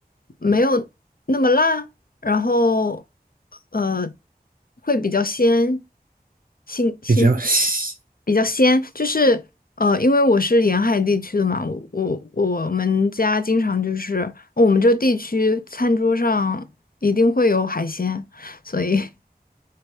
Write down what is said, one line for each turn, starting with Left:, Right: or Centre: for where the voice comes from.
Left: 没有那么辣，然后呃会比较鲜，新新鲜
Right: 比较西。
Left: 比较鲜，就是呃因为我是沿海地区的嘛，我我我们家经常就是我们这地区餐桌上一定会有海鲜，所以 <laughs>。